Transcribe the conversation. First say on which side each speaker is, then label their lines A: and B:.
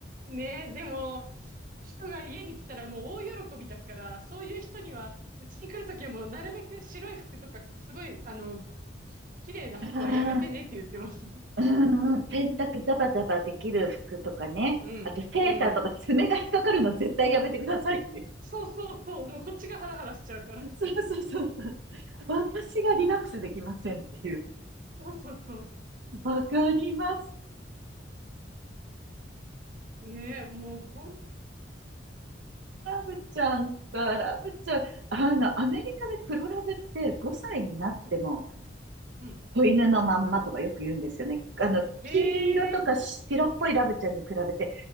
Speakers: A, on the right; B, on the right.
A: う。ねえ、でも、人が家に来たらもう大喜びだから、そういう人には、うちに来るときはもうなるべく白い服とか、すごい、あの、き綺麗な服はやめてねって言ってます。
B: ああ。
A: <laughs>
B: うんうん、洗濯ザバザバできる服とかね。
A: うん、
B: あとセーターとか爪が引っかかるの絶対やめてくださいっていう。
A: うん。そうそうそうそう、もうこっちがハラハラしちゃうから。
B: <laughs> そうそうそう。私がリラックスできませんっていう。
A: そうそうそう。
B: わかります。
A: ねえ、もうほん、
B: ラブちゃんか、ラブちゃん。あの、アメリカで黒ラブって5歳になっても、
A: うん、うん。
B: 子犬のまんまとかよく言うんですよね。あの、黄色とか白っぽいラブちゃんに比べて、
A: ええ